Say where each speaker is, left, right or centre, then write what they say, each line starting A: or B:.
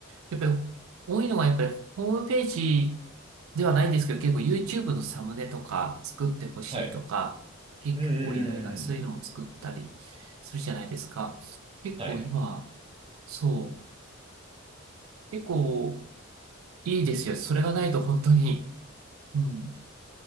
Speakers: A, on the right (about 75°); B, on the right (about 25°).
A: やっぱり多いのがやっぱりホームページではないですけど、結構 YouTube のサムネとか作ってほしいとか、
B: はい。
A: 結構依頼がそういうのも作ったりするじゃないですか。
B: うんうんうんうん。
A: 結構今、
B: はい。
A: そう、結構いいですよ。それがないと本当に、うん、